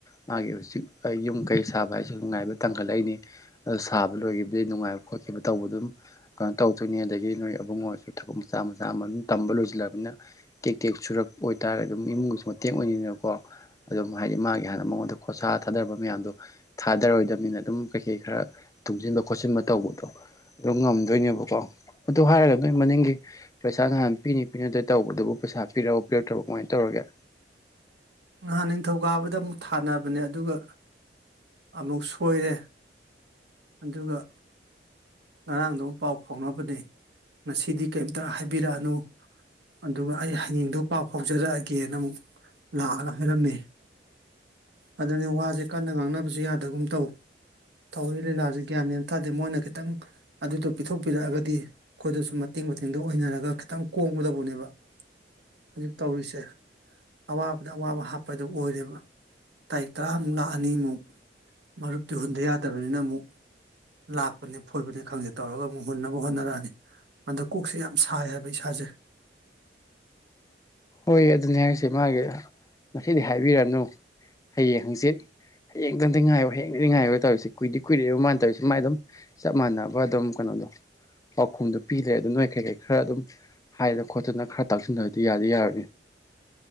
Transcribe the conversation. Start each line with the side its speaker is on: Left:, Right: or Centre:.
Left: ꯃꯥꯒꯤ ꯍꯧꯖꯤꯛ ꯑꯩ ꯌꯨꯝ ꯀꯩ ꯁꯥꯕ ꯍꯥꯏꯁꯤ ꯅꯨꯡꯉꯥꯏꯕ ꯇꯥꯟꯈꯠꯂꯛꯏꯅꯤ ꯁꯥꯕ ꯂꯣꯏꯒꯤꯕꯗꯩ ꯅꯨꯡꯉꯥꯏꯕ ꯈꯣꯠꯈꯤꯕ ꯇꯧꯕꯗ ꯑꯗꯨꯝ ꯀꯩꯅꯣ ꯇꯧꯗꯣꯏꯅꯤ ꯑꯗꯒꯤ ꯅꯣꯏ ꯑꯕꯨꯡꯉꯣꯁꯨ ꯊꯕꯛ ꯃꯆꯥ ꯆꯥ ꯃꯆꯥ ꯑꯃ ꯑꯗꯨꯝ ꯇꯝꯕ ꯂꯣꯏꯁꯤꯜꯂꯕꯅꯤꯅ ꯇꯦꯛ ꯇꯦꯛ ꯁꯨꯔꯛꯄ ꯑꯣꯏꯇꯥꯔꯒꯗꯤ ꯑꯗꯨꯝ ꯏꯃꯨꯡꯒꯤꯁꯨ ꯃꯇꯦꯡ ꯑꯣꯏꯅꯩꯗꯅꯀꯣ ꯑꯗꯨꯝ ꯍꯥꯏꯗꯤ ꯃꯥꯒꯤ ꯍꯥꯟꯅ ꯃꯉꯣꯟꯗ ꯈꯣꯔꯁꯥ ꯊꯥꯗꯕ ꯃꯌꯥꯝꯗꯣ ꯊꯥꯗꯔꯔꯣꯏꯗꯕꯅꯤꯅ ꯑꯗꯨꯝ ꯀꯩꯀꯩ ꯈꯔ ꯊꯨꯡꯖꯤꯟꯕ ꯈꯣꯠꯆꯤꯟꯕ ꯇꯧꯕꯗꯣ ꯑꯗꯨ ꯉꯝꯗꯣꯏꯅꯦꯕꯀꯣ ꯑꯗꯨ ꯍꯥꯏꯔꯒ ꯅꯣꯏ ꯃꯅꯤꯡꯒꯤ ꯄꯩꯁꯥ ꯅꯍꯥꯟ ꯄꯤꯅꯤ ꯄꯤꯅꯗꯦ ꯇꯧꯕꯗꯨꯕꯨ ꯄꯩꯁꯥ ꯄꯤꯔꯛꯑꯕꯣ ꯄꯤꯔꯛꯇ꯭ꯔꯕꯣ ꯀꯃꯥꯏ ꯇꯧꯔꯒꯦ
Right: ꯅꯍꯥꯟ ꯅꯤꯡꯊꯧꯀꯥꯕꯗ ꯑꯃꯨꯛ ꯊꯥꯅꯕꯅꯦ ꯑꯗꯨꯒ ꯑꯃꯨꯛ ꯁꯣꯏꯔꯦ ꯑꯗꯨꯒ ꯉꯔꯥꯡꯗꯨ ꯄꯥꯎ ꯐꯥꯎꯅꯕꯅꯦ ꯉꯁꯤꯗꯤ ꯀꯩꯝꯇ ꯍꯥꯏꯕꯤꯔꯛꯑꯅꯨ ꯑꯗꯨꯒ ꯑꯩ ꯍꯌꯦꯡꯗꯣ ꯄꯥꯎ ꯐꯥꯎꯖꯔꯛꯑꯒꯦꯅ ꯑꯃꯨꯛ ꯂꯥꯛꯑꯒ ꯍꯥꯏꯔꯝꯃꯦ ꯑꯗꯨꯅꯦ ꯋꯥꯖꯤ ꯀꯟꯅ ꯉꯥꯡꯅꯕꯁꯨ ꯌꯥꯗꯒꯨꯝ ꯇꯧ ꯇꯧꯔꯤ ꯂꯤꯂꯥꯁꯖꯦ ꯒ꯭ꯌꯥꯟꯃꯦꯟ ꯊꯥꯗꯦ ꯃꯣꯏꯅ ꯈꯤꯇꯪ ꯑꯗꯨꯗꯣ ꯄꯤꯊꯣꯛ ꯄꯤꯔꯛ ꯑꯒꯗꯤ ꯑꯈꯣꯏꯗꯁꯨ ꯃꯇꯦꯡ ꯃꯇꯦꯡꯗꯣ ꯑꯣꯏꯅꯔꯒ ꯈꯤꯇꯪ ꯀꯣꯝꯒꯗꯧꯕꯅꯦꯕ ꯍꯧꯖꯤꯛ ꯇꯧꯔꯤꯁꯦ ꯑꯋꯥꯕꯗ ꯑꯋꯥꯕ ꯍꯥꯞꯄꯗꯨ ꯑꯣꯏꯔꯦꯕ ꯇꯥꯔꯤꯛ ꯇꯔꯥꯃꯨꯛ ꯂꯥꯛꯑꯅꯤ ꯃꯨꯛ ꯃꯔꯨꯞꯇꯤ ꯍꯨꯟꯗ ꯌꯥꯗꯕꯅꯤꯅ ꯑꯃꯨꯛ ꯂꯥꯛꯄꯅꯦ ꯐꯣꯢꯕꯅꯦ ꯈꯪꯗꯦ ꯇꯧꯔꯒ ꯑꯃꯨꯛ ꯍꯨꯟꯅꯕ ꯍꯣꯠꯅꯔꯛꯑꯅꯤ ꯑꯗ ꯀꯣꯛꯁꯦ ꯌꯥꯝ ꯁꯥꯏ ꯍꯥꯏꯕ ꯏꯁꯥꯖꯦ
Left: ꯍꯣꯏ ꯑꯗꯨꯅꯤ ꯍꯥꯏꯔꯤꯁꯦ ꯃꯥꯒꯤ ꯉꯁꯤꯗꯤ ꯍꯥꯏꯕꯤꯔꯅꯨ ꯍꯌꯦꯡ ꯍꯪꯆꯤꯠ ꯍꯌꯦꯡꯇꯪꯗꯤ ꯉꯥꯏꯌꯣ ꯍꯡꯗꯤꯇꯪꯗꯤ ꯉꯥꯏꯌꯣ ꯇꯧꯔꯤꯁꯤ ꯀꯨꯏꯗꯤ ꯀꯨꯏꯔꯦꯕ ꯃꯥꯟ ꯇꯧꯔꯤꯁꯤ ꯃꯥꯏ ꯑꯗꯨꯝ ꯆꯞ ꯃꯥꯟꯅꯕ ꯑꯗꯨꯝ ꯀꯅꯣꯗꯣ ꯄꯥꯎꯈꯨꯝꯗꯨ ꯄꯤ ꯂꯩꯔꯦ ꯑꯗꯨ ꯅꯣꯏ ꯀꯩꯀꯩ ꯈꯔ ꯑꯗꯨꯝ ꯍꯥꯏꯗꯅ ꯈꯣꯠꯇꯅ ꯈꯔ ꯇꯥꯛꯁꯤꯟꯗꯗꯤ ꯌꯥꯗꯤ ꯌꯥꯔꯣꯏ <unintelligible>